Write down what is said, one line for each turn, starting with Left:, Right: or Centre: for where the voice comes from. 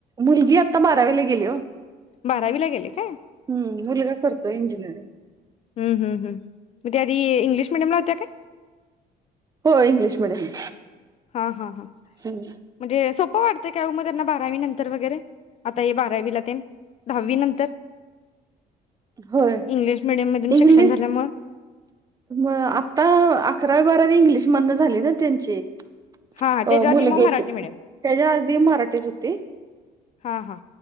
Right: मुलगी आता बारावीला गेली हो.
Left: बारावी ला गेले काय?
Right: हम्म मुलगा करतो इंजिनिअरिंग.
Left: ह् ह् ह मग आदी इंग्लिश मिडियमला त्या काय
Right: हो इंग्लिश मिडियम
Left: हा हा हा
Right: हम्म,
Left: म्हणजे स सोप वाटतय काय वो मग त्यांना बारावी नंतर वगैरे आता हे बारावी ला तेन दहावी नंतर
Right: होय
Left: इंग्लिश मिडियम मधून
Right: इंग्लिश
Left: शिक्षण झाल्यामुळे
Right: आता. अकरावी बारावी इंग्लिश म्हदन झाली ना त्यांची
Left: हा हा
Right: अ
Left: त्याच्या आधी
Right: मुलग्याची
Left: मग मराठी मिडियम
Right: त्याच्या आधी मराठीच होती.
Left: हा हा.